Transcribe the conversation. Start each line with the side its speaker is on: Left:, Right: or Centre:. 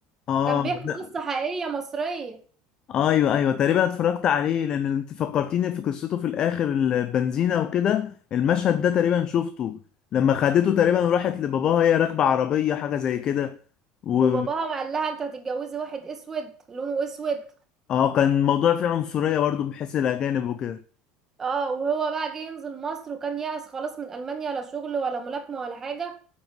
Left: اه
Right: كان بيحكي
Left: لا
Right: قصة حقيقية مصرية
Left: ايوه ايوه تقريبا اتفرجت عليه لان انت فكرتيني في قصته في الاخر البنزينه وكده المشهد ده تقريبا شفته لما خدته تقريبا وراحت لباباها هي راكبه عربيه حاجه زي كده و
Right: وباباها قال لها انت هتتجوزي واحد اسود لونه اسود
Left: اه كان الموضوع فيه عنصريه برضو بحيث الاجانب وكده
Right: اه وهو بقى جه ينزل مصر وكان يأس خلاص من ألمانيا لا شغل ولا ملاكمة ولا حاجة